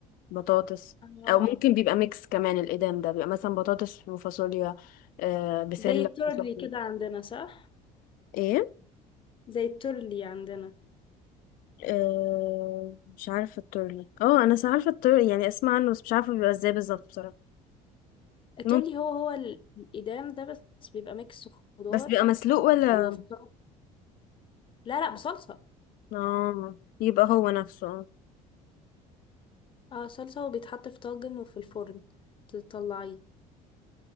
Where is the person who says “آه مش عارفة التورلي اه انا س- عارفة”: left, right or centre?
Left